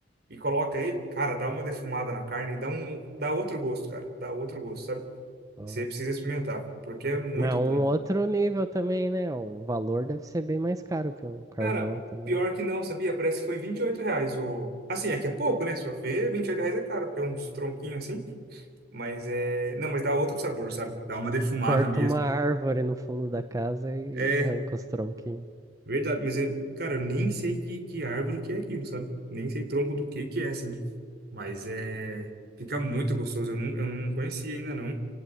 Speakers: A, on the right; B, on the right.
A: E coloca ele, cara, dá uma defumada na carne e dá um dá outro gosto, cara. Dá outro gosto, sabe?
B: Ó.
A: Você precisa experimentar, porque é muito
B: Mas é um
A: bom.
B: outro nível também, né? O valor deve ser bem mais caro que um carvão
A: Cara,
B: também.
A: pior que não, sabia? Parece que foi 28 reais o... Assim, é que é pouco, né? Se for ver, 28 reais é caro, porque é uns tronquinhos assim. Mas é... Não, mas dá outro sabor, sabe? Dá uma defumada
B: corta
A: mesmo.
B: uma árvore no fundo da casa e
A: É,
B: arranca os tronquinhos.
A: verdade. Mas, é... cara, eu nem sei que, que árvore que é aquilo, sabe? Nem sei tronco do que que é, assim. Mas é... Fica muito gostoso. Eu não, eu não conhecia ainda, não.